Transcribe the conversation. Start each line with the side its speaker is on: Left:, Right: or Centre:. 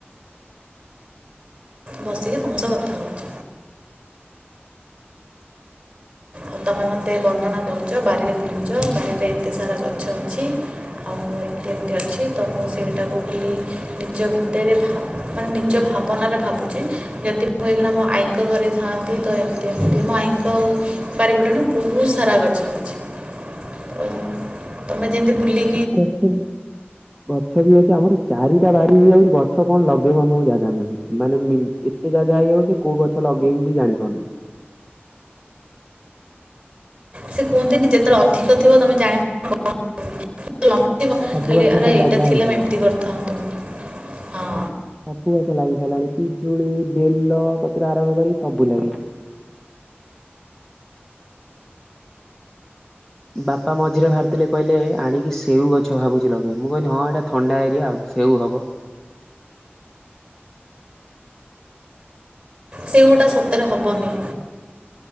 Right: ବସିକି ତମସହ କଥା ହଉଚି।। ଆଉ ତମେ ମୋତେ ବର୍ଣ୍ଣନା କରୁଚ ବାରିରେ ବୁଲୁଚ ବାରିରେ ଏତେ ସାରା ଗଛ ଅଛି। ଆଉ କେମତି ଅଛି ତ ମୁଁ ସେଇଟାକୁ ଖାଲି ନିଜ ଭିତରେ ଭାବ୍ ମାନେ ନିଜ ଭାବନାରେ ଭାବୁଚି ଯଦି ମୁଁ ଏଇନା ମୋର ଆଈଙ୍କ ଘରେ ଥାନ୍ତି ତ ଏମ ଏମତି ମୋ ଆଈଙ୍କ ବାରିପଟେ ନାଁ ବହୁତ୍ ସାରା ଗଛ ଅଛି। ତମେ ଯେମିତି ବୁଲି
Centre: କଚୁଲ୍ ଗଛ ବି ଅଛି ଆମର ଚାରିଟା ବାଡି ହେଇଯାଉ ଗଛ କଣ ଲଗେଇବ ଆମକୁ ଜାଗା ମିଳୁନି। ମାନେ ମି ଏତେ ଜାଗା ହେଇଯାଉଚି କୋଉ ଗଛ ଲଗେଇବୁ ମୁଁ ବି ଜାଣିପାରୁନି।
Right: ସେ କୁହନ୍ତିନି ଯେତେବେଳେ ଅଧିକ ଥିବ ତମେ ଜାଣିବ। <unintelligible>
Centre: ସବୁ
Right: ଖାଲି
Centre: ଗଛ
Right: ଆରେ
Centre: ତ
Right: ଏଇଟା
Centre: ଲଗା
Right: ଥିଲା
Centre: ହେଇସାରିଲାଣି।
Right: ଏମତି କରିଥାନ୍ତୁ ହଁ।
Centre: ସବୁ ଗଛ ଲାଗି ସାରିଲାଣି ପିଜୁଳି ବେଲ କତୁରୁ ଆରମ୍ଭ କରିକି ସବୁ ଲାଗି ବାପା ମଝିରେ ବାହାରିଥିଲେ କହିଲେ ଆଣିକି ସେଉ ଗଛ ଭାବୁଚି ଲଗେଇ ମୁଁ କହିଲି ହଁ ଏଇଟା ଥଣ୍ଡା ଏରିଆ ଆଉ ସେଉ ହବ।
Right: ସେଉଟା ସତରେ ହବନି।